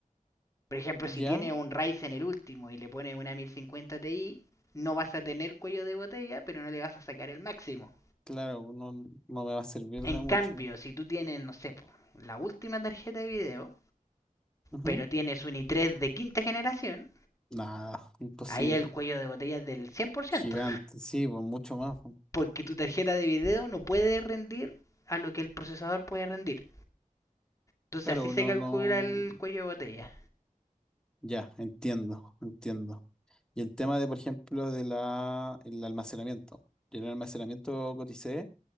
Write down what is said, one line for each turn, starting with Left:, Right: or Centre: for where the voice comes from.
Left: Por ejemplo, si
Centre: Ya.
Left: tiene un Ryzen el último y le pone una 1050 Ti, no vas a tener cuello de botella, pero no le vas a sacar el máximo.
Centre: Claro, no, no me va a servir
Left: En
Centre: de mucho.
Left: cambio, si tú tienes, no sé, po, la última tarjeta de video,
Centre: Ujú.
Left: pero tienes un i3 de quinta generación,
Centre: Nada, imposible.
Left: ahí el cuello de botella es del 100%,
Centre: Gigante, sí, pues mucho más.
Left: <laughs>
Centre: pues.
Left: porque tu tarjeta de video no puede rendir a lo que el procesador puede rendir. Entonces
Centre: Claro,
Left: así
Centre: pues,
Left: se
Centre: no,
Left: calcula
Centre: no.
Left: el cuello de botella,
Centre: Ya, entiendo, entiendo. Y el tema de, por ejemplo, de la, el almacenamiento. Yo en el almacenamiento coticé